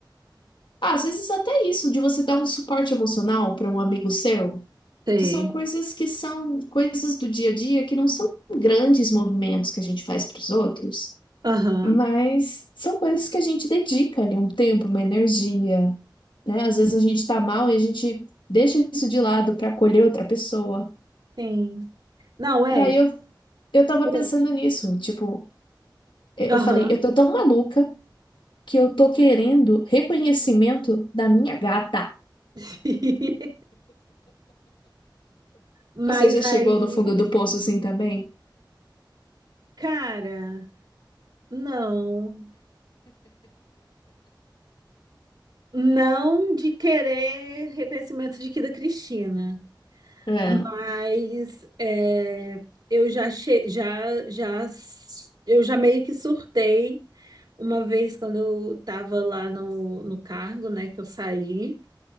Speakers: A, on the left; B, on the right.
A: Ah, às vezes até isso, de você dar um suporte emocional para um amigo seu,
B: sei.
A: que são coisas que são coisas do dia a dia que não são grandes movimentos que a gente faz para os outros
B: Aham,
A: Mas são coisas que a gente dedica ali um tempo, uma energia, né? Às vezes a gente tá mal e a gente deixa isso de lado para acolher outra pessoa.
B: sim. Não, é.
A: E aí eu, eu tava
B: o-
A: pensando nisso, tipo, eh,
B: Aham.
A: eu falei, eu tô tão maluca que eu tô querendo reconhecimento da minha gata.
B: <laughs> Mas
A: Você já
B: aí,
A: chegou no fundo do poço assim também?
B: cara, não. Não de querer reconhecimento de que da Cristina,
A: É,
B: mas é, eu já, che já, já, eu já meio que surtei uma vez quando eu estava lá no, no cargo, né, que eu saí,